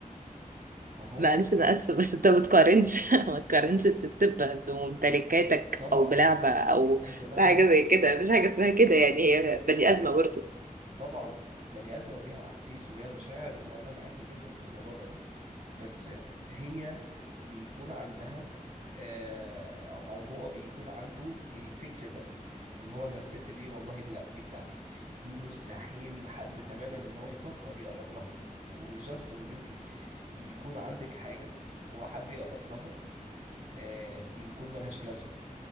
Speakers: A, on the right; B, on the right.
A: فهو
B: معلش
A: بالنسبة
B: انا اسفه بس انت ما تقارنش <laughs> ما تقارنش الست ب- بممتلكاتك
A: طبعا
B: او بلعبه او
A: ايوه لا
B: بحاجه
A: لا لا
B: زي كده مفيش حاجه اسمها كده يعني هي
A: ايوه طبعا
B: بني ادمه برضه
A: طبعا بني ادم وليها احاسيس وليها مشاعر وانا معاكي جدا في الموضوع ده بس هي بيكون عندها آه، او أو هو بيكون عنده الفكر ده ان هو انا الست دي والله دي لا دي بتاعتي دي مستحيل حد تماما ان هو يفكر يقرب لها وجاست ان انت بيكون عندك حاجة وحد يقرب لها آه، بيكون ملهاش لازمة